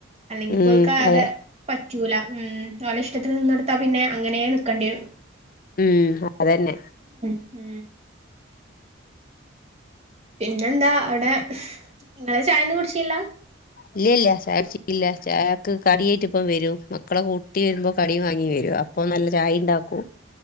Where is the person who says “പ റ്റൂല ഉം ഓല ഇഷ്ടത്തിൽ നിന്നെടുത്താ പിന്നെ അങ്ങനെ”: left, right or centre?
Right